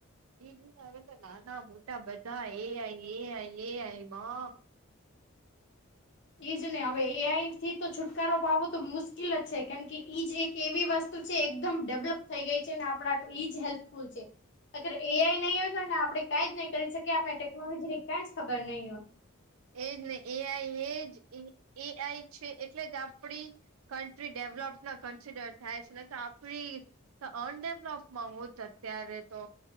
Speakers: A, on the right; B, on the left.
A: એ હવે તો નાના મોટા બધા એ આ આ
B: એઈજ નને હવે એઈ થી તો છુટકારો પવો તો મુશ્કેલ જ છે. કેમ કે ઈજ એક એવી વસ્તુ એકદમ ડેવલપ થઈ ગઈ છે ને આપણા આટ ઈજ હેલ્પફુલ છે. અગર એઆઈ નહીં હોય તોને આપણે કાંઈ જ નહી કરી શકીએ આપણે ટેકનોલોજી ની કંઈ જ ખબર નહીિ હોય.
A: એજ ને એઆઈ એજ એઆઈ છે એટલે જ આપડી કન્ટ્રી ડેવલોપ ના કન્સિડર થાય છે એટલે કે આપડી તો અનડેવલપમાં હોું જ અત્યારે તો?